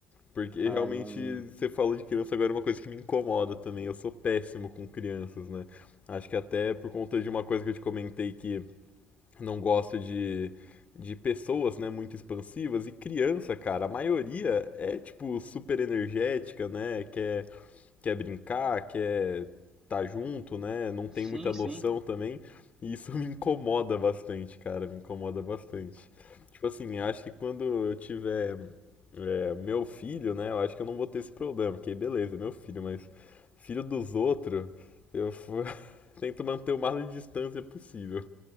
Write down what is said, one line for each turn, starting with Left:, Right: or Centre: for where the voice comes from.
Left: porque
Right: Ah,
Left: realmente
Right: eu não.
Left: você falou de criança agora é uma coisa que me incomoda também. Eu sou péssimo com crianças, né? Acho que até por conta de uma coisa que eu te comentei que não gosto de, de pessoas, né, muito expansivas. E criança, cara, a maioria é, tipo, super energética, né? Quer, quer brincar, quer tá junto, né? Não tem
Right: Sim,
Left: muita
Right: sim.
Left: noção também. E isso <laughs> me incomoda bastante, cara. Me incomoda bastante. Tipo assim, acho que quando eu tiver é, meu filho, né? Eu acho que eu não vou ter esse problema. Porque beleza, é meu filho, mas filho dos outros, eu f- <laughs> tento manter o máximo de distância possível.